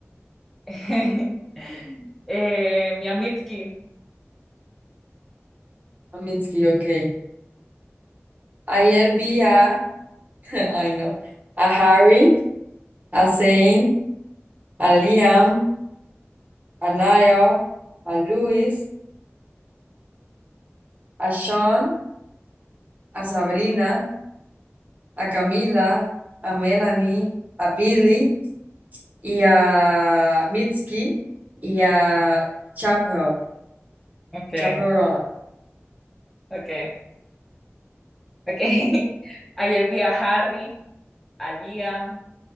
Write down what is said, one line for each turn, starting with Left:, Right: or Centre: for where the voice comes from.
Centre: <laughs> eh, mi Mitski.
Right: A Mitski, ok. Ayer vi a, <laughs> ay no, a Harry, a Zane, a Liam, a Niall, a Luis, a Sean, a Sabrina, a Camila, a Melanie, a Billy y a Mitski y a Chapel
Centre: Okay,
Right: Chaperón.
Centre: okay, okay. <laughs> Ayer vi a Harry, a Liam,